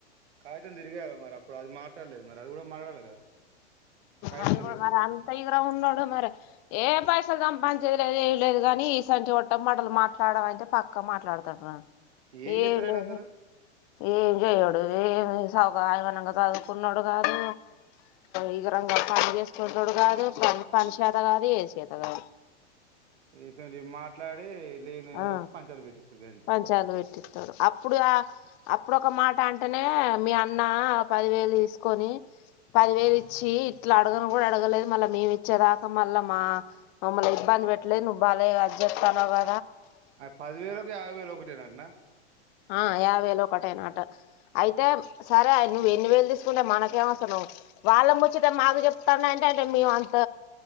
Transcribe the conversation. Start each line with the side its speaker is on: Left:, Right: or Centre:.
Right: కాగితం తిరిగాయలో మరి అప్పుడు అది మాట్లాడలేదు మరి అది కూడా మాట్లాడాలి కదా కాగితం
Left: అది
Right: తిరిగేసుడు
Left: కూడా మరి అంత వివరం ఉంనోడు మరి ఏ ప అస పనించయ ఏం లేదు కానీ ఈసని చడట మాటలు మాట్లాడమంటే పక్కా మాట్లాడుతాడు
Right: ఏం
Left: ఏ
Right: చేస్తారైనా
Left: లే
Right: అసలు
Left: ఏజయడు ఏ సౌగాయమనంగా చదువుకున్నాడు కాదు ఈ రంగా పని చేసుకుంటాడు కాదు పని పని చేత కాదు ఏ చేత కాదు
Right: ఈశాంతివి మాట్లాడి అే లేని
Left: ఆ
Right: లో పంచాలు పెట్టిచ్చాడు ఏంటి
Left: పంచాలు పెట్టిస్తాడు అప్పుడు అప్పుడుొ ఒక మాట అంటేనే మీ అన్న పదివేలు తీసుకొని పదివేలు ఇచ్చి ఇట్లా అడగను కూడా అడగలేదు మళ్ళీ మేము ఇచ్చేదాకా మళ్ళ మా మమ్మల్నీ ఇబ్బంది పెట్టలేదు నువ్వు బాలే అది చెస్తానోద
Right: అ పది వేలుకి యాభై వేలు ఒకటేనటనా
Left: ఆ యాభ వేలు ఒకటనాట అయితే సరే నువ్వు ఎన్ని వేలు తీసుకుంటే మనకేం అసన్నా వాళ్ళ ముచ్చిట మాకు చెప్తాన్నా అంటే అంటే మేము అంత